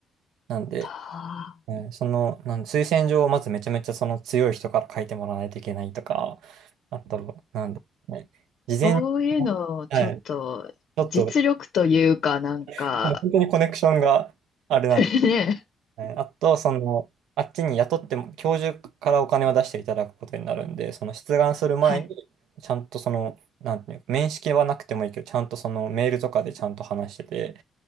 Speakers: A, on the right (about 85°); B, on the left (about 65°).
A: なんで、
B: た
A: えーその、なん推薦状をまずめちゃめちゃその強い人から書いてもらわないといけないとか、あと、なんで、ね、事前に、
B: そういうのをちょっと実力というかなんか
A: はい、ちょっと、<laughs> 本当にコネクションがあれなんで、
B: <laughs> ね。
A: はいあと、その、あっちに雇っても、教授からお金を出していただくことになるんで、その出願する前に、
B: はい。
A: ちゃんとその、なんていうか、面識はなくてもいいけど、ちゃんとそのメールとかでちゃんと話してて、